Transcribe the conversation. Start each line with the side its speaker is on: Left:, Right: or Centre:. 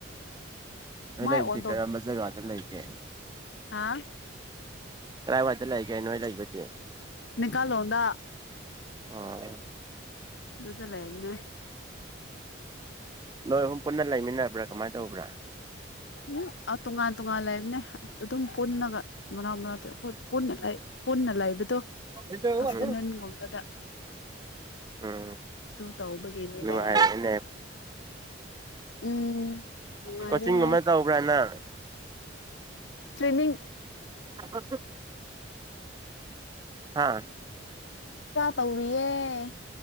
Right: ꯅ
Left: ꯃꯥꯏ
Right: ꯂꯩꯕꯨꯗꯤ
Left: ꯑꯣꯟ
Right: ꯀꯔꯝꯕ ꯖꯒꯥꯗ ꯂꯩꯒꯦ
Left: ꯍꯥꯥ
Right: ꯀꯗꯥꯏꯋꯥꯏꯗ ꯂꯩꯒꯦ ꯅꯣꯏ ꯂꯩꯕꯗꯤ
Left: ꯀꯥꯜꯣꯗꯥ
Right: ꯑ
Left: ꯑꯗꯨꯗꯂꯟꯅ
Right: ꯅꯣꯏ ꯑꯍꯨꯝ ꯄꯨꯟꯅ ꯂꯩꯃꯤꯟꯅꯕ꯭ꯔꯥ ꯀꯃꯥꯏꯅ ꯇꯧꯕ꯭ꯔꯥ
Left: ꯎꯝ ꯇꯣꯉꯥꯟ ꯇꯣꯉꯥꯟ ꯂꯩꯕꯅꯦ ꯑꯗꯨꯝ ꯄꯨꯟꯅꯒ ꯃꯅꯥꯥꯎ ꯃꯔꯅꯥꯎ ꯑꯩꯈꯣꯏ ꯄꯨꯟꯅ ꯂꯩꯕꯗꯣ
Right: ꯎꯝ
Left: ꯑꯐꯇꯔꯅꯨꯟ ꯋꯥꯕꯗ
Right: ꯎꯝ
Left: ꯇꯧꯕꯒꯤꯅꯤꯗ
Right: ꯅꯨꯡꯉꯥꯏꯔꯦꯅꯦ
Left: ꯎꯝ ꯅꯨꯡꯉꯥꯏꯔꯦ
Right: ꯀꯣꯆꯤꯡꯒꯨꯝꯕ ꯇꯧꯕ꯭ꯔꯅ
Left: ꯇ꯭ꯔꯦꯅꯤ
Right: ꯑ ꯍꯥꯥ
Left: ꯇꯧꯔꯤ ꯑꯦ